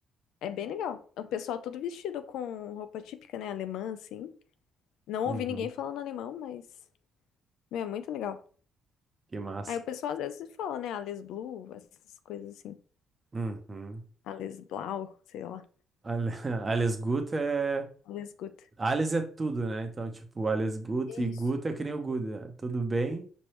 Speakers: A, on the left (about 80°); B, on the right (about 25°).
A: É bem legal. O pessoal todo vestido com roupa típica, né? Alemã, assim. Não
B: Uhum,
A: ouvi ninguém falando alemão, mas. Meu, é muito legal.
B: que massa.
A: Aí o pessoal às vezes fala, né? Alles Blue, essas coisas assim.
B: Uhum.
A: Alles Blau, sei lá.
B: Ale- <laughs> Alles Gut é.
A: Alles Gut.
B: Alles é tudo, né? Então, tipo, Alles Gut
A: Isso.
B: e Gut é que nem o Gut, né? Tudo bem.